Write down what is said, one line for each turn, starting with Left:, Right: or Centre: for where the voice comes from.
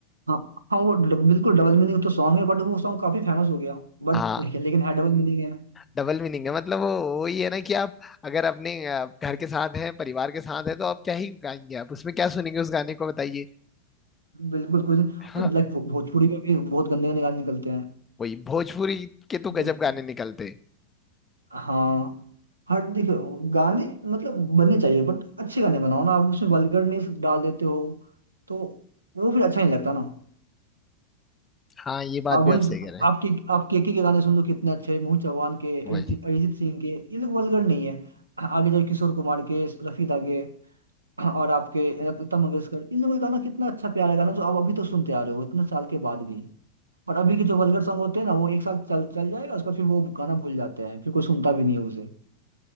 Right: हाँ हाँ वो ड- बिल्कुल डबल मीनिंग तो सॉन्ग है बट वो सॉन्ग काफी फेमस हो गया बट
Left: हाँ
Right: लेकिन लेकिन है डबल मीनिंग है
Left: डबल मीनिंग है मतलब वो वही है ना कि आप अगर अपने अ, घर के साथ हैं परिवार के साथ हैं तो आप क्या ही गाएंगे आप उसमें क्या सुनेंगे उस गाने को बताइए
Right: बिल्कुल कुछ
Left: हाँ
Right: और लाइक भोजपुरी में भी बहुत गंदे गंदे गाने निकलते हैं
Left: वही भोजपुरी के तो गजब
Right: भोजपुरी
Left: गाने निकलते हैं
Right: हाँ हर देखो गाने मतलब बनने चाहिए बट अच्छे गाने बनाओ ना आप उसमें वल्गरनेस डाल देते हो तो वो फिर अच्छा नहीं लगता ना
Left: हाँ ये बात
Right: आप
Left: भी
Right: वही
Left: आप सही कह रहे हैं
Right: आप के आप केके के गाने सुन लो कितने अच्छे हैं, मोहित चौहान के अरिजीत
Left: वही
Right: अरिजीत सिंह के ये लोग वल्गर नहीं है आगे जाके किशोर कुमार के रफी दा के हाँ, और आपके लता मंगेशकर इन लोगों का गाना कितना अच्छा प्यारा गाना जो आप अभी तो सुनते आ रहे हो इतने साल के बाद भी और अभी के जो वल्गर सॉन्ग होते हैं ना वो एक साल चल चल जाएगा उसके बाद फिर वो गाना भूल जाते हैं फिर कोई सुनता भी नहीं है उसे